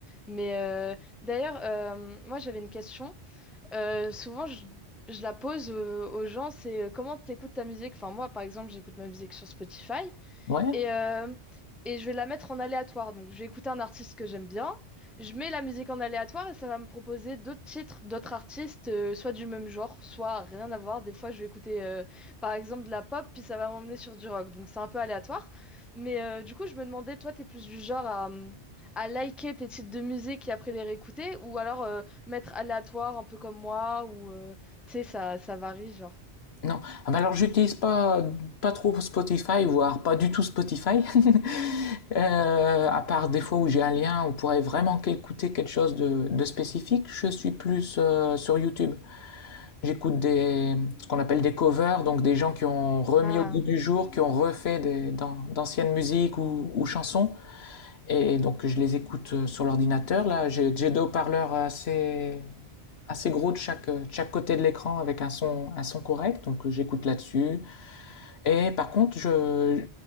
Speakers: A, in the centre; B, on the left.
A: Mais euh, d'ailleurs, euh, moi, j'avais une question. Euh, souvent, je, je la pose euh, aux gens, c'est euh, comment tu écoutes ta musique. Enfin, moi, par exemple, j'écoute ma musique sur Spotify.
B: Ouais.
A: Et, euh, et je vais la mettre en aléatoire. Donc, je vais écouter un artiste que j'aime bien. Je mets la musique en aléatoire et ça va me proposer d'autres titres, d'autres artistes, euh, soit du même genre, soit rien à voir. Des fois, je vais écouter, euh, par exemple, de la pop, puis ça va m'emmener sur du rock. Donc, c'est un peu aléatoire. Mais euh, du coup, je me demandais, toi, t'es plus du genre à, hum, à liker tes titres de musique et après les réécouter, ou alors euh, mettre aléatoire, un peu comme moi, ou, euh, tu sais, ça, ça varie, genre.
B: Non. Ah bah alors j'utilise pas pas trop Spotify, voire pas du tout Spotify. <laughs> Euh, à part des fois où j'ai un lien, où on pourrait vraiment écouter quelque chose de, de spécifique. Je suis plus euh, sur YouTube. J'écoute des ce qu'on appelle des covers, donc des gens qui ont remis
A: Ah.
B: au goût du jour, qui ont refait des, d'an- d'anciennes musiques ou, ou chansons. Et donc je les écoute euh, sur l'ordinateur. Là, j'ai j'ai deux haut-parleurs assez assez gros de chaque, euh, de chaque côté de l'écran avec un son, un son correct, donc euh, j'écoute là-dessus. Et par contre, je,